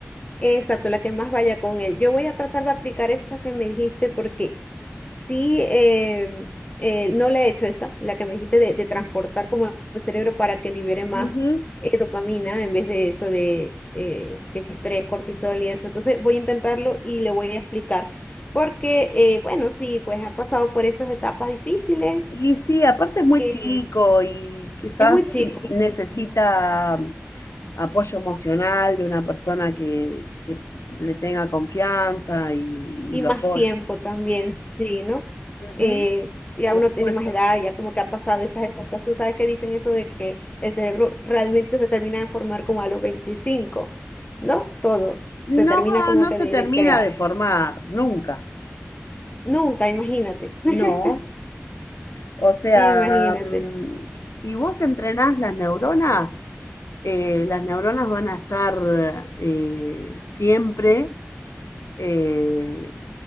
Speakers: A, on the left; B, on the left.
A: exacto, la que más vaya con él. Yo voy a tratar de aplicar esa que me dijiste porque sí, eh, eh, no la he hecho esta, la que me dijiste de, de transportar como al cerebro para que libere más
B: Ujú.
A: eh, dopamina en vez de eso de, de, de estrés, cortisol y eso. Entonces voy a intentarlo y le voy a explicar porque, eh, bueno, sí, pues ha pasado por esas etapas difíciles
B: Y sí, aparte es muy
A: que
B: chico y quizás
A: Es muy chico, sí.
B: necesita mm, apoyo emocional de una persona que, que le tenga confianza y,
A: Y
B: y lo
A: más
B: apoye.
A: tiempo también, sí, ¿no?
B: Ujú,
A: Eh, ya
B: por
A: uno
B: supuesto.
A: tiene más edad, ya como que ha pasado esas etapas. Tú sabes que dicen eso de que el cerebro realmente se termina de formar como a los veinticinco ¿no? Todo. Se
B: No,
A: termina como
B: no
A: que
B: se
A: de,
B: termina
A: de crear.
B: de formar, nunca.
A: Nunca, imagínate. <laughs>
B: No. O sea,
A: Imagínate.
B: mm, si vos entrenás las neuronas, eh, las neuronas van a estar eh, siempre eh,